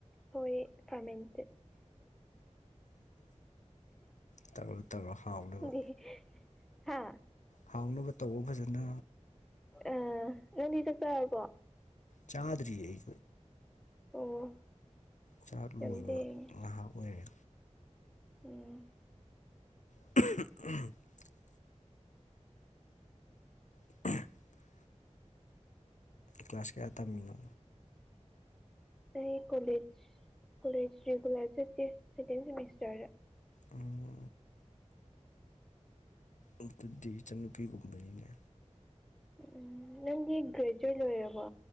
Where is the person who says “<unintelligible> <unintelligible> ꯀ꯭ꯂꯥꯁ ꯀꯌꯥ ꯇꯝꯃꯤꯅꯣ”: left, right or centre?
Left